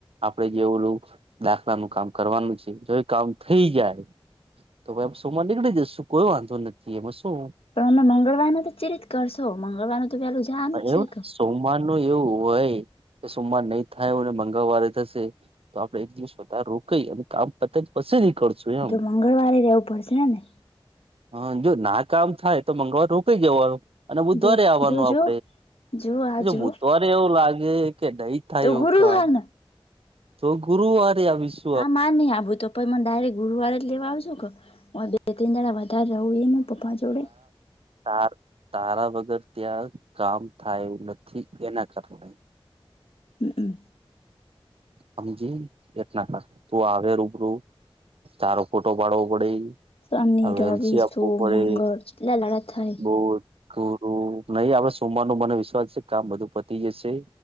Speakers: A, on the right; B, on the left.
A: આપડે જે ઓલું દાખલાનુંું કામ કરવાનું છે જો કામ થઈ જાય તો ભાઈ સોમર નીકળી જશું કોઈ વાંધો નથી એમાં શું
B: પણ અમે મંગળવારને તો ચ રિત કરશો મંગળવાર તો પેલું જામ
A: હ
B: જ
A: એવું
B: છે કે
A: સોમવાર નું એવું હોય કે સોમવાર નહી થાય અને મંગળવારે થશે તો આપડે એક દિવસ બધારે રોકાઈ અને કામ તત જ પછી નહી કરશું એમ
B: તો મંગળવારે રહેવું પડશે ને
A: હ જો ના કામ થાય તો મંગળવાર રોકાઈ જવાનું અને બુધવારે
B: જો
A: આવવાનું
B: જો
A: આપ
B: જો જો આ
A: આપ
B: જો
A: બુધવારે એવું લાગે કે નહી થાય
B: તો
A: એવું
B: ગુરુવાર
A: કામ
B: ને
A: તો ગુરુવારે આવીશ
B: હા મા નહિ આવું તો પણ મને ડાયરેક્ટ ગુરુવારે જ લેવા આવ જો કે હ બે તીન દાડા વ તવધારે રહો એ મો પપ્પા જોડે
A: તા તારા વગર ત્યાં કામ થાય એવું નથી એના કારણે
B: હમ્મ હમ્મ
A: હમજી એના કારણ તું આવે રૂબરૂું તારો ફોટો પાડવો પડે
B: શનિ
A: હવે
B: રવિ
A: એલસી આપવું
B: સોમ
A: પડે
B: મંગળ કેટલા દાડા થાય
A: બહુ ગુરું નહી આપડે સોમવાર નુ બનાય વિશ્વાસ છે કામ બધું પતી જશે